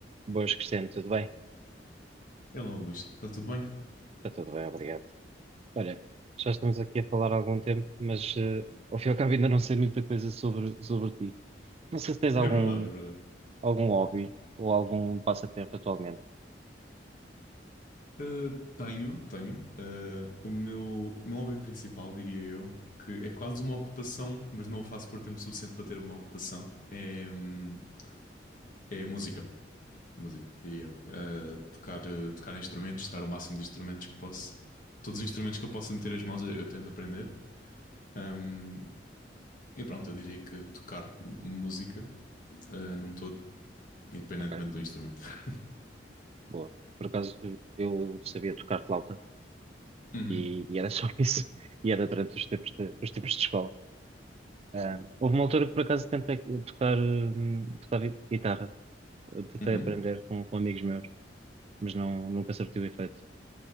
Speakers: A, on the right; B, on the left.
A: Boas, Cristiano, tudo bem?
B: Hello, Luís, está tudo bem? <laughs>
A: Está tudo bem, obrigado. Olha, já estamos aqui a falar há algum tempo, mas eh, ao fim e ao cabo ainda não sei muita coisa sobre, sobre ti. Não sei se tens algum,
B: É verdade, é verdade.
A: algum hobby ou algum passatempo atualmente.
B: Uh, tenho, tenho. uh, o meu, meu hobby principal, diria eu, que é quase uma ocupação, mas não o faço por tempo suficiente para ter uma ocupação, é, hum, é música. Música, diria eu. Uh, tocar, uh, tocar instrumentos, tocar o máximo de instrumentos que posso. Todos os instrumentos que eu possa meter as mãos, eu, eu tento aprender. Um, e pronto, eu diria que tocar música, uh, num todo, independentemente
A: Ok,
B: do instrumento. <laughs>
A: boa. Por acaso eu sabia tocar flauta
B: Uhum.
A: e, e era só <laughs> isso. E era durante os tempos de, os tempos de escola. Ah, houve uma altura que por acaso tentei tocar, hum, tocar gui- guitarra. Eu tentei
B: Uhum,
A: aprender com, com amigos meus, mas não, nunca surtiu efeito.